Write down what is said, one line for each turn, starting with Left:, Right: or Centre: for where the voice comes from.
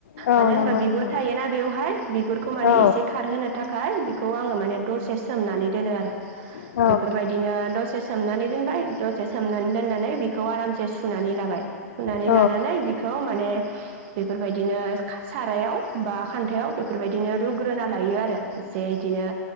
Left: औ
Right: मानो
Left: नंगौ
Right: होनबा बिगुर
Left: नोंथां
Right: थायोना बेवहाय बिगुरखौ माने
Left: औ
Right: एसे खारहोनो थाखाय खौ आङो माने दसे सोमनानै दोनो आरो
Left: औ
Right: बेफोरबायदिनो दसे सोमनानै दोनबाय द से सोमनानै दोननानै बे खौ आरामसे सुनानै लाबाय सुनानै
Left: औ
Right: लानानै बेखौ माने बेफोरबायदिनो सारायाव बा खान्थायाव बेफोरबायदिनो रुग्रोना लायो आरो एसे बिदिनो